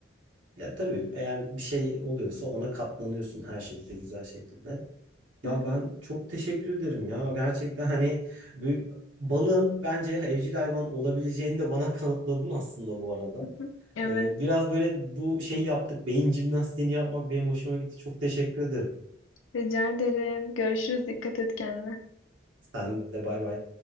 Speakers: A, on the right; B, on the left.
A: ya tabii eğer bir şey oluyorsa ona katlanıyorsun her şekilde güzel şekilde. Ya
B: Hı hı.
A: ben çok teşekkür ederim ya. Gerçekten hani bir balığın bence evcil hayvan olabileceğini de bana <laughs> kanıtladın aslında bu arada.
B: Hı hı. Evet.
A: Ee, biraz böyle bu şey yaptık. Beyin jimnastiğini yapmak benim hoşuma gitti. Çok teşekkür ederim.
B: Rica ederim. Görüşürüz. Dikkat et kendine.
A: Sen de bay bay.